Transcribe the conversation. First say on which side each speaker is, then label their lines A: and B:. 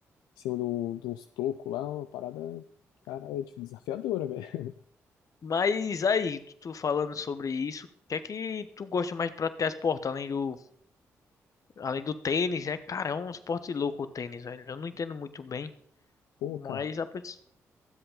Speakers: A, on the left; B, on the left.
A: em cima de, um, de uns tocos lá, uma parada, cara, é, tipo, desafiadora, velho. <laughs>
B: Mas aí, tu tu falando sobre isso, o que é que tu gosta mais de praticar esporte, além do, além do tênis, né? Cara, é um esporte louco o tênis, velho. Eu não entendo muito bem,
A: Pô,
B: mas
A: cara,
B: a pessoa...